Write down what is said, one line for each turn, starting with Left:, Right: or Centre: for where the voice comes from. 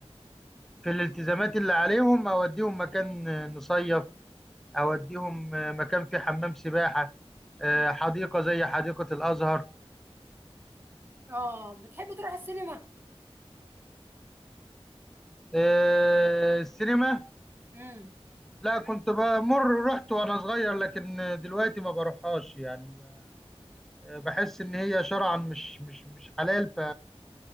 Centre: في الالتزامات اللي عليهم أوديهم مكان نصيف أوديهم مكان فيه حمام سباحة آه، حديقة زي حديقة الأزهر
Right: اه بتحب تروح السينما
Centre: آه، السينما
Right: امم
Centre: لا كنت بمر رحت وانا صغير لكن دلوقتي ما بروحهاش يعني آه، بحس ان هي شرعا مش مش مش حلال ف